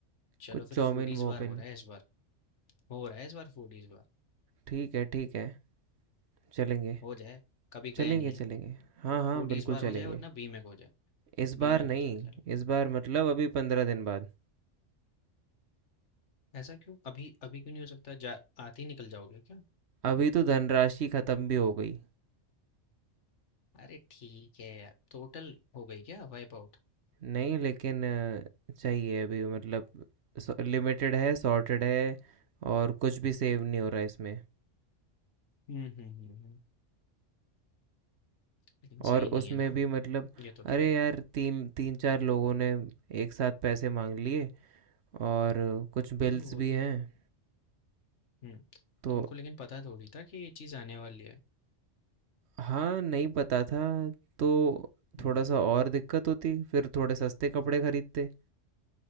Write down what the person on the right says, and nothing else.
कुछ
चाउमीन
वोमिन
ठीक है ठीक है चलेंगे
चलेंगे,
चलेंगे।
हाँ, हाँ,
बिल्कुल
चलेंगे।
इस बार
नहीं,
इस बार मतलब अभी 15 दिन बाद।
अभी तो धनराशि खत्म भी हो गई।
नहीं लेकिन अ, चाहिए अभी मतलब स लिमिटेड है, सॉर्टेड है और कुछ भी सेव नहीं हो रहा है इसमें।
और
उसमें
भी मतलब
अरे यार! 3 3-4 लोगों ने एक साथ पैसे माँग लिए और कुछ बिल्स
भी हैं।
तो
हाँ, नहीं पता था तो
थोड़ा-सा और दिक्कत होती, फिर थोड़े सस्ते कपड़े खरीदते।